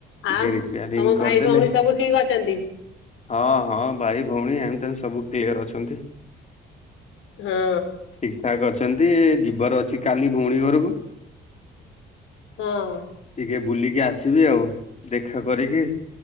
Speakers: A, on the left (about 35°); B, on the left (about 85°).
A: ଟିକେ
B: ଆଉ
A: ରିପୋରିଂ
B: ତମ ଭାଇ
A: କରିଦେଲେ
B: ଭଉଣୀ ସବୁ ଠିକ ଅଛନ୍ତି?
A: ହଁ-ହଁ ଭାଇ ଭଉଣୀ ଏନ୍ ତେନ୍ ସବୁ କ୍ଲିୟର ଅଛନ୍ତି
B: ହଁ
A: ଠିକ୍ ଠିକ୍ ଠାକ୍ ଅଛନ୍ତି ଯିବାର ଅଛି କାଲି ଭଉଣୀ ଘରକୁ
B: ହଁ।
A: ଟିକେ ବୁଲିକି ଆସିବି ଆଉ ଦେଖା କରିକି